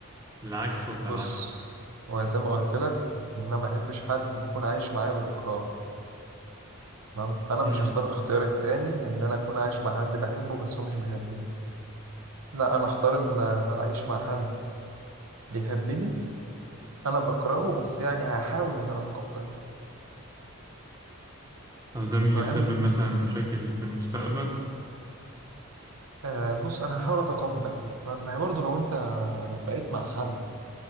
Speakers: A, on the right (about 15°); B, on the right (about 85°).
A: العكس ولا
B: بص
A: العكس
B: هو زي ما قلت لك ان انا ما احبش حد يكون عايش معايا بالاكراه تمام فانا
A: امم
B: مش هختار الاختيار التاني ان انا اكون عايش مع حد بحبه بس هو مش بيحبني لا انا اختار ان اعيش مع حد بيحبني انا بكرهه بس يعني هحاول ان انا اتقبله
A: طب ده مش
B: انا
A: هيسبب
B: بحب
A: مثلا مشاكل في المستقبل
B: آه بص انا هحاول اتقبل ما ما هي برضه لو انت بقيت مع حد